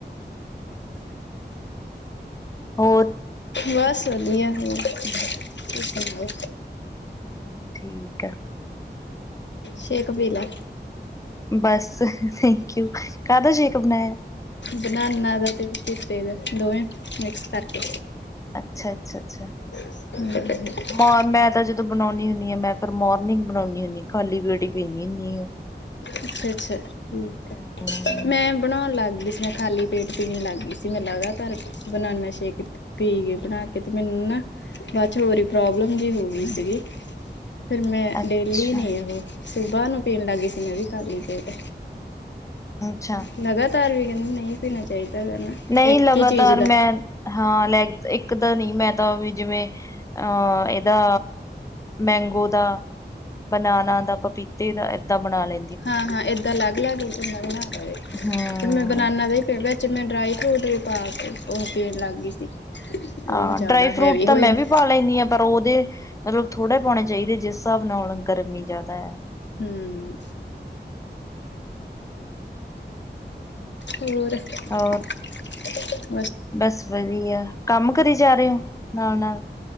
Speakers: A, on the left; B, on the left.
A: ਹੂੰ <inaudible> ਹੋਰ?
B: ਬਸ ਵਧੀਆ ਹੈ, ਤੁਸੀ ਸੁਣਾਓ?
A: ਹਾਂ, ਠੀਕ ਆ।
B: ਸ਼ੇਕ ਪੀਲਾ।
A: ਬਸ, ਥੈਂਕ-ਯੂ, ਕਾਹਦਾ ਸ਼ੇਕ ਬਣਾਇਆ?
B: ਬਨਾਨਾ ਦਾ ਤੇ ਪਪੀਤੇ ਦਾ, ਦੋਵੇਂ ਮਿਕਸ ਕਰਕੇ।
A: ਅੱਛਾ, ਅੱਛਾ, ਅੱਛਾ।
B: ਹ <inaudible>
A: ਮੋ 'ਮੈਂ' ਤਾਂ ਜਦੋਂ ਬਣਾਉਨੀ ਹੁੰਨੀ ਆਂ, ਮੈਂ ਪਰ ਮੌਰਨਿੰਗ ਬਣਾਉਂਨੀ ਹੁੰਨੀ ਆ ਖਾਲੀ ਪੇਟ ਹੀ ਪੀਂਨੀ ਹੁੰਨੀ ਆ।
B: ਅੱਛਾ-ਅੱਛਾ, ਠੀਕ
A: ਹਮ
B: ਆ, ਮੈਂ ਬਣਾਉਣ ਲੱਗ ਗਈ ਸ 'ਮੈਂ'ਖਾਲੀ ਪੇਟ ਪੀਣ ਲੱਗ ਗਈ ਸੀ, ਮੈਂ ਲਗਾਤਾਰ ਬਨਾਨਾ ਸ਼ੇਕ ਪੀਗਈ ਬਣਾਕੇ, ਤੇ ਮੈਨੂੰ ਨਾ ਬਾਅ'ਚੋ ਵਰੀ ਪ੍ਰੌਬਲਮ ਵੀ ਹੋ ਗਈ ਸੀ। ਫਿਰ ਮੈਂ
A: ਅੱਛਾ
B: ਡੇਲੀ ਨੀ ਉਹ, ਸੁਬਾਹ ਨੂੰ ਪੀਣ ਲੱਗ ਗਈ ਸੀ, ਮੈਂ, ਵੀ। ਖਾਲੀ ਪੇਟ,
A: ਅੱਛਾ
B: ਲਗਾਤਾਰ ਵੀ ਕਹਿੰਦੇ ਨਹੀਂ ਪੀਣਾ ਚਾਹੀਦਾ ਵਾ ਨਾ?
A: ਨਹੀਂ,
B: ਇੱਕ
A: ਲਗਾਤਾਰ
B: ਹੀ ਚੀਜ਼ ਦਾ
A: ਮੈਂ ਹਾਂ, ਲੈ, ਇੱਕ ਤਾਂ ਨੀ ਮੈਂ, ਤਾਂਵੀ, ਜਿਵੇਂ, ਅਹ ਇਹਦਾ ਮੈਂਗੋ ਦਾ, ਬਨਾਨਾ ਦਾ, ਪਪੀਤੇ ਦਾ ਇ ਤਾ ਬਣਾਲੇ।
B: ਹਾਂ-ਹਾਂ, ਏਦਾਂ ਅਲੱਗ-ਅਲੱਗ ਬੰਦਾ ਬਣਾਲਵੇ।
A: ਹੂੰ‌।
B: ਬਨਾਨਾ ਦੇ ਹੀ ਵਿੱਚ ਮੈਂ ਡ੍ਰਾਈ-ਫਰੂਟ ਵੀ ਪਾਕੇ, ਉਹ ਪੀਣ ਲੱਗ ਗਈ ਸੀ। ਤੇ ਉਹ
A: ਹਾਂ,
B: ਜ਼ਿਆਦਾ
A: ਡ੍ਰਾਈ ਫਰੂਟ
B: ਹੈਵੀ
A: ਤਾਂ
B: ਹੋ
A: ''ਮੈਂ
B: ਜਾਂਦਾ
A: ਵੀ ਪਾ ਲ ਲੈਨੀ ਆਂ, ਪਰ ਉਹਦੇ ਮਤਲਬ ਥੋੜੇ ਪਾਉਣੇ ਚਾਹੀਦੇ, ਜਿਸ ਹਿਸਾਬ ਨਾਲ ਗਰਮੀ ਜਿਆਦਾ ਹੈ।
B: ਹੂੰ। ਹੋਰ, ਹੋਰ?
A: ਹਾਂ
B: ਹ <inaudible>
A: ਬਸ ਵਧੀਆ। ਕੰਮ ਕਰੀ ਜਾ ਰਹੇ ਹੋ, ਨਾਲ-ਨਾਲ?